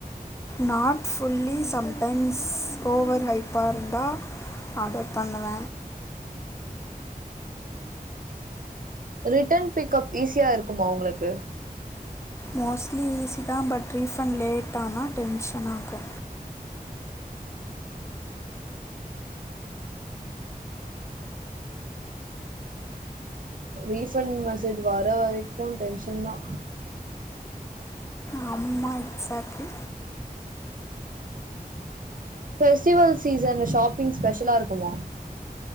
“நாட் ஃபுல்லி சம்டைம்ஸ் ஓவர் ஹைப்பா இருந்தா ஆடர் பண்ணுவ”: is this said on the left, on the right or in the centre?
Left